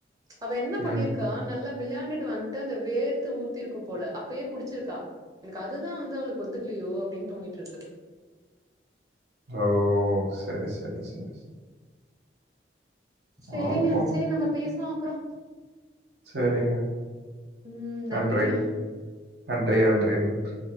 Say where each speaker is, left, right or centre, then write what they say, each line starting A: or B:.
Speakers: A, on the right; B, on the right.
A: அவ என்ன பண்ணிருக்கா
B: ம்ஹ்ம்.
A: நல்லா விளையாண்டுட்டு வந்ட்டு அந்த வேர்த்து ஊத்திருக்கு போல அப்பயே குடிச்சிருக்கா எனக்கு அதுதா வந்து அவளுக்கு ஒத்துக்கலியோ அப்டின் தோணிட்ருக்கு
B: ஓ சேரி சேரி சேரி சேரி
A: செரிங்க
B: பாப்போம்.
A: செரி நம்ம பேசுலா அப்றோ
B: செரிங்க
A: ம்
B: நன்றி
A: நன்றிங்க
B: நன்றி நன்றி நன்றி